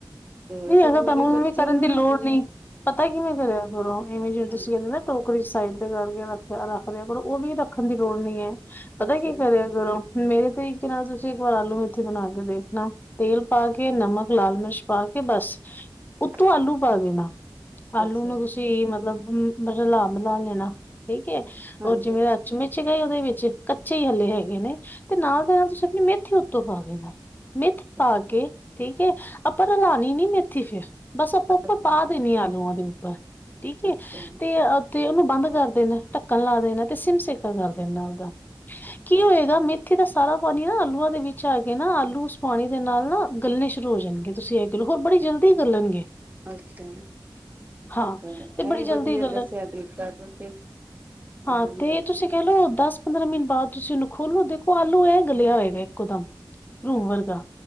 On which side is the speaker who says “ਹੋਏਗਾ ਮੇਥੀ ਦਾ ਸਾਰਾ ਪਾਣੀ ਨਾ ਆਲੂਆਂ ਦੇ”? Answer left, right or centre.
Left